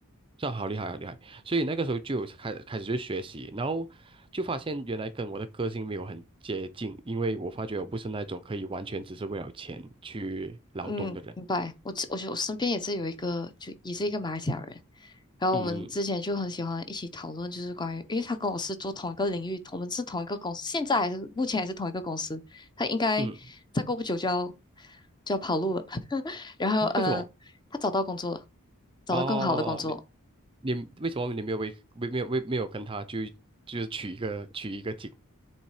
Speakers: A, on the right (about 25°); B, on the left (about 20°).
A: 这样好厉害，好厉害！所以那个时候就有开开始去学习，然后就发现原来跟我的个性没有很接近，因为我发觉我不是那种可以完全只是为了钱去劳动的人。
B: 嗯，明白。我我觉得我身边也是有一个，就也是一个马来西亚人。然后我们之前就很喜欢一起讨论，
A: 嗯嗯
B: 就是关于，因为他跟我是做同一个领域，我们是同一个公司，现在还是目前还是同一个公司。他应该再过不久就要
A: 嗯
B: 就要跑路了。<laughs> 然后，
A: 啊，
B: 嗯，
A: 为什么？
B: 他找到工作了，找到更好的工作。
A: 哦，你你为什么你没有为为没有为没有跟他去就是取一个取一个景，